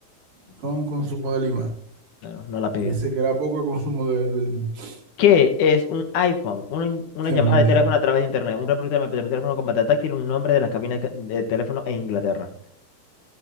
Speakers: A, on the right; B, on the left.
A: Ron consumo de lima.
B: no, no la pegué.
A: Pero dice que era poco consumo de, de limón. <laughs>
B: ¿Qué es un iPhone? Un- una
A: Qué
B: llamada
A: mondongo.
B: de teléfono a través de internet, un reproductor de MP3, un teléfono con pantalla táctil, un nombre de las cabinas que- de teléfono en Inglaterra.